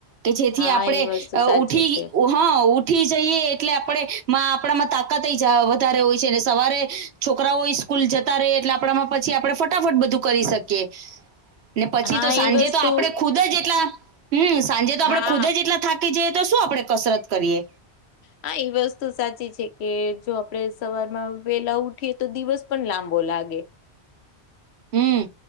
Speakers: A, on the right; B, on the left.
A: કે જેથી
B: હા
A: આપણેે
B: એ વસ્તુ
A: ઊઠી
B: સાચી છે
A: હા થી જઈએ એટલે આપણે આપણામાં તાકાત વધારે હોય. ને સવારે છોકરાઓ સ્કૂલ જતા ર એટલે આપણામાં પછી આપડણે ફટાફટ બધું કરી શકીએ. ને પછી
B: હા
A: તો સાંજે
B: એ વસ્તુ
A: તો આપડે ખુદ જ એટલા હમ સાંજે તો આપડે
B: હા
A: ખુદ જ એટલા થાકી જઈએ તો શું આપડે કસરત કરીએ.
B: હા એ વસ્તુ સાચી છે કે જો આપડે સવારમાં વેલા ઉઠીએ તો દિવસ. પણ લાંબો લાગે.
A: હમ